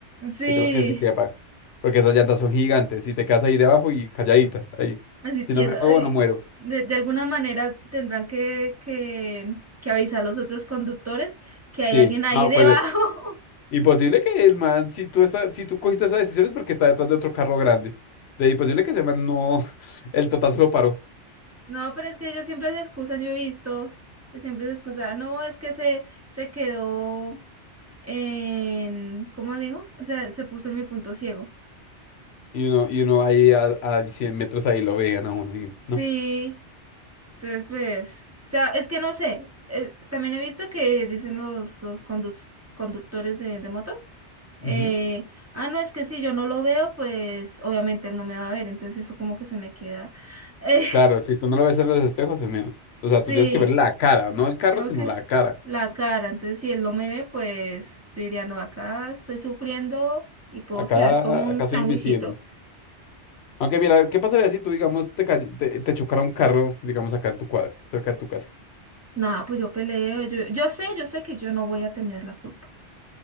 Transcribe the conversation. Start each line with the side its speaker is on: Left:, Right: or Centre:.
Right: Sí,
Left: Sí creo que sí quepa. Porque esas llantas son gigantes y te quedas ahí debajo y calladita. Ahí.
Right: así tiesa.
Left: Si no me muevo,
Right: ay,
Left: no muero.
Right: De, de alguna manera tendrán que, que, que avisar a los otros conductores que hay
Left: Sí.
Right: alguien ahí
Left: No,
Right: debajo.
Left: pues eh,
Right: <laughs>
Left: Y posible que el man, si tú, estás, si tú cogiste esa decisión es porque está detrás de otro carro grande. Y posible que ese man no, <laughs> el totazo lo paró.
Right: No, pero es que ellos siempre se excusan, yo he visto que siempre se excusan. No, es que se, se quedó en, ¿cómo le digo? O sea, se puso en mi punto ciego.
Left: Y uno, y uno ahí a, a 100 metros ahí lo veían a uno. Y
Right: Sí,
Left: no.
Right: entonces pues, o sea, es que no sé. eh, también he visto que dicen los, los conduc- conductores de, de moto. eh,
Left: Ujú.
Right: ah, no, es que si yo no lo veo, pues obviamente él no me va a ver, entonces eso como que se me queda. <laughs> eh,
Left: Claro, si tú no lo ves en los espejos, es menos. O sea,
Right: sí,
Left: tú tienes que ver la cara, no el carro,
Right: tengo
Left: sino
Right: que
Left: la cara.
Right: la cara, entonces si él no me ve, pues yo diría, no, acá estoy sufriendo y puedo
Left: Acá,
Right: quedar como un
Left: acá
Right: sándwichito.
Left: soy invisible. Aunque mira, ¿qué pasaría si tú, digamos, te, cay- te, te chocara un carro, digamos, acá en tu cuadro, cerca de tu casa?
Right: Nada, pues yo peleo, yo, yo sé, yo sé que yo no voy a tener la culpa.